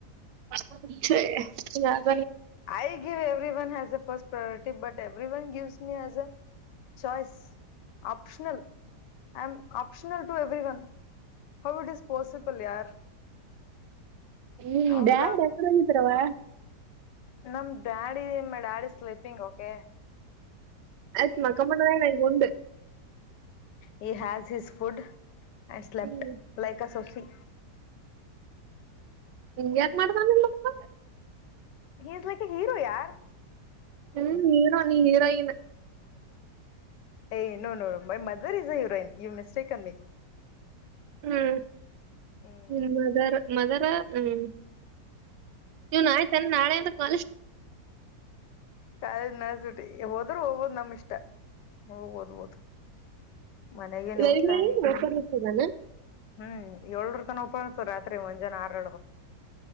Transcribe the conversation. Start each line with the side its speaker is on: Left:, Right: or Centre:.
Right: <inaudible>
Left: ಆಯ give every one has a first priority but every one give use me as a choice optional I'm optional to every one how it is possible ಯಾರ್
Right: ಹ್ಮ್
Left: ಐ ಆಮ್
Right: ಡ್ಯಾಡ ಎಡ ಒಂದ ತರವಾ
Left: ನಮ ಡ್ಯಾಡಿ ಡ್ಯಾಡಿ ಸ್ಲಿಪಿಂಗ್ ಓಕೆ
Right: ಆಯತ್ ಮಕ್ಕಮ್ ಬಿಟ್ಟಾನ ಉಂಡು
Left: he has his food and slept
Right: hmm
Left: like a ಸೊಫಿ
Right: ಹಂಗ ಯಾಕ ಮಾಡ್ತಾನ ನಿಮ್ಮಪ್ಪ
Left: he is like a hero ಯಾರ
Right: ಹ್ಮ್ ನೀ ನೀ ಹೀರ ಇ
Left: ಏಯ no no my mother is a heroine you mistake on me
Right: hmm
Left: hmm
Right: ನಿಮ್ ಮದರ ಮದರ ಹ್ಮ್ ನೀವ್ ನ ಆಯ್ತಂದ ನಾಳೆ ಅಂತ <unintelligible>
Left: ಕಾಲೇಜ್ ನಡೆಸ್ಬಿಟ್ಟಿ ಹೋದ್ರೂ ಹೋಗ್ಬೋದು ನಮ್ ಇಷ್ಟ ಹೋಗೋದು ಮನೆಗೆನ್
Right: ಲೈಬ್ರರಿ
Left: ಹತಾ
Right: ಓಪನ್ ಇರ್ತದಾನ
Left: ಹ್ಮ್ ಏಳರು ತನ ಪ್ಪನ್ಸು ರಾತ್ರಿ ಮುಂಜಾನೆ ಆರಳಗೆ